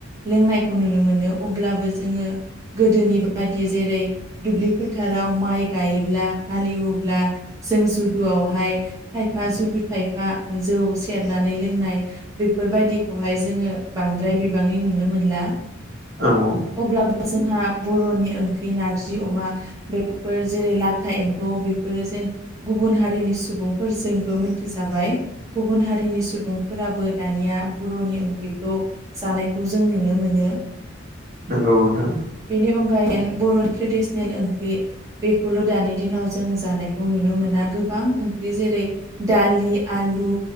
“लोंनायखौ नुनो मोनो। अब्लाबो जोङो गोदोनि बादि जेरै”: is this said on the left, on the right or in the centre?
Right